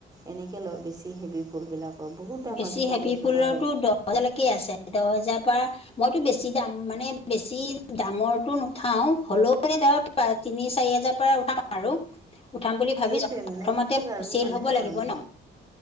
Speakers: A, on the right; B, on the left.
A: এনেকৈ লয় বেছি হেভি ফুলবিলাক। অ বহুত দাম
B: বেছি
A: আজিকালি
B: হেভি
A: একেবাৰে
B: ফুলৰতো দহ হেজাৰলৈকে আছে, দহ হেজাৰ পৰা মইতো বেছি দাম মানে বেছি দামৰটো নুঠাও হ'লেও মানে ধৰক পা তিনি চাৰি হাজাৰ পৰা উঠাম আৰু উঠাম বুলি
A: সেইটোৱে
B: ভাবিছো প্ৰথমতে
A: মানে কি আৰু
B: চেল
A: মানে
B: হ'ব লাগিব
A: মানুহ
B: ন